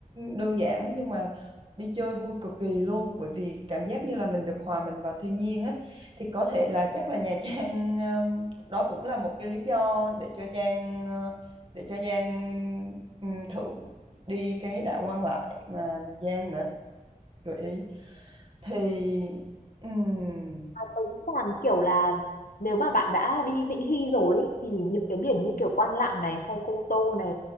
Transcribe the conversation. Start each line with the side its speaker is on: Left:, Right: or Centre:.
Right: đơn giản á, nhưng mà đi chơi vui cực kỳ luôn bởi vì cảm giác như là mình được hòa mình vào thiên nhiên á thì có thể là chắc là Nha Trang um, đó cũng là một cái lý do để cho Trang uh, để cho Giang um, thử đi cái đảo Quan Lại mà Giang đã gợi ý thì ừm,
Left: À, tôi nghĩ là kiểu là nếu mà bạn đã đi Vĩnh Hy rồi ấy, thì những cái biển như kiểu Quan Lạn này hay Cô Tô này